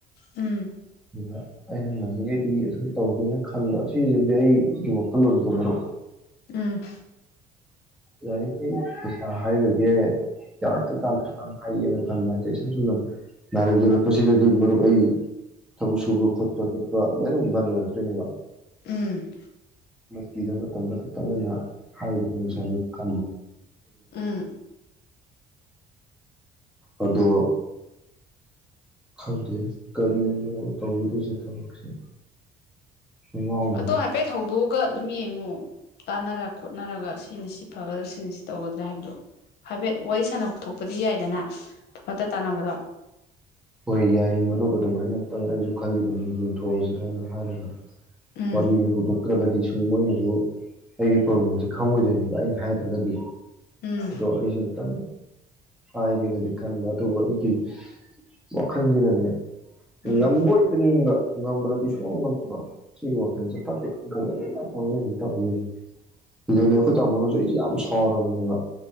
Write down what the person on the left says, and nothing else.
ꯎꯝ
ꯎꯝ
ꯎꯝ
ꯎꯝ
ꯑꯗꯣ ꯍꯥꯏꯐꯦꯠ ꯊ ꯍꯧꯗꯣꯛ ꯑꯃꯛꯀ ꯑꯗꯨꯝ ꯌꯦꯡꯉꯨ ꯇꯥꯟꯅꯔ ꯈꯣꯠꯅꯔꯒ ꯁꯤꯅ ꯁꯤ ꯐꯒꯗ꯭ꯔꯥ ꯁꯤꯅ ꯁꯤ ꯇꯧꯒꯗ꯭ꯔꯥ ꯍꯥꯏꯕꯗꯣ ꯍꯥꯏꯐꯦꯠ ꯋꯥꯔꯤ ꯁꯥꯟꯅꯊꯣꯛꯄꯗꯤ ꯌꯥꯏꯗꯅ ꯑꯐꯠꯇ ꯇꯥꯟꯅꯕꯗꯣ
ꯎꯝ
ꯎꯝ
ꯎꯝ
ꯎꯝ